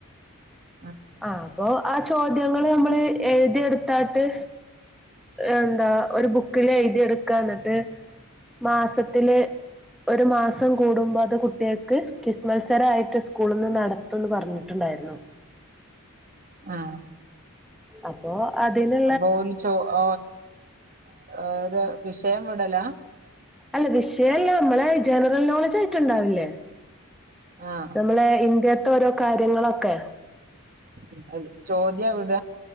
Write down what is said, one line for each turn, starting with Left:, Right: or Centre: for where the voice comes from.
Right: ആഹ്
Centre: ആ അപ്പൊ ആ ചോദ്യങ്ങള് നമ്മള് എഴുതിഎടുത്തിട്ട് എന്താ ഒരു ബുക്കില് എഴുതി എടുക്ക എന്നിട്ട് മാസത്തില് ഒരു മാസം കൂടുമ്പോ അത് കുട്ടികൾക്ക് ക്വിസ് മത്സരയിട്ട് സ്കൂളിൽ നിന്ന് നടത്തും ത്തൊന്ന് പറഞ്ഞിട്ടുണ്ടായിരുന്നു
Right: ആഹ
Centre: അപ്പോ അതിന്
Right: അപ്പൊഈ ചോദ്യം ഓരോ വിഷയം വിടല
Centre: അല്ല വിഷയല്ല നമ്മളെ ജനറൽ നോളജ് ആയിട്ട് ഉണ്ടാവില്ലേ
Right: ആഹ്
Centre: നമ്മളെ ഇന്ത്യത്തൊരോ കാര്യങ്ങളൊക്കെ
Right: <unintelligible> ചോദ്യ എവിട